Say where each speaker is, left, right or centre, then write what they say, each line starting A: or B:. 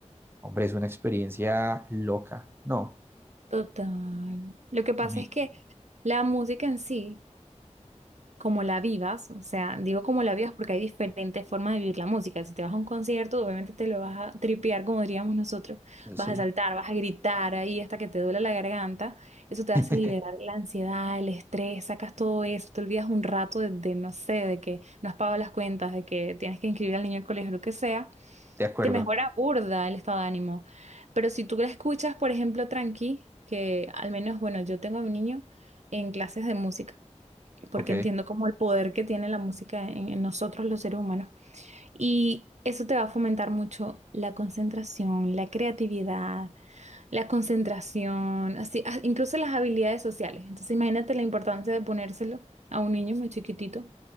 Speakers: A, on the right (about 20°); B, on the right (about 70°).
A: hombre, es una experiencia loca. No,
B: total. Lo que pasa
A: a mí,
B: es que la música en sí. como la vivas, o sea, digo como la vivas porque hay diferentes formas de vivir la música. Si te vas a un concierto, obviamente te lo vas a tripear, como diríamos nosotros,
A: sí.
B: vas a saltar, vas a gritar ahí hasta que te duele la garganta. Eso te
A: <laughs>
B: hace liberar la ansiedad, el estrés, sacas todo eso, te olvidas un rato de, de, no sé, de que no has pagado las cuentas, de que tienes que inscribir al niño al colegio, lo que sea.
A: De acuerdo.
B: Te mejora burda el estado de ánimo. Pero si tú la escuchas, por ejemplo, tranqui, que al menos, bueno, yo tengo a mi niño en clases de música porque
A: Ok,
B: entiendo como el poder que tiene la música en, en nosotros los seres humanos. Y eso te va a fomentar mucho la concentración, la creatividad, la concentración, así, ah, incluso las habilidades sociales. Entonces imagínate la importancia de ponérselo a un niño muy chiquitito.